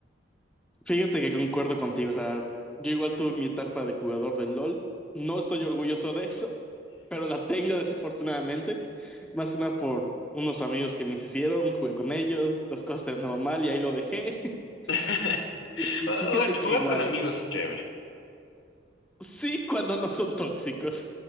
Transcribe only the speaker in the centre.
Fíjate que concuerdo contigo, o sea, yo igual tuve mi etapa de jugador del LOL. No estoy orgulloso de eso, pero la tengo desafortunadamente. Más una por unos amigos que me hicieron, jugué con ellos, las cosas terminaron mal y ahí lo dejé. <laughs>
Y
fíjate
que
igual,
sí cuando no son tóxicos,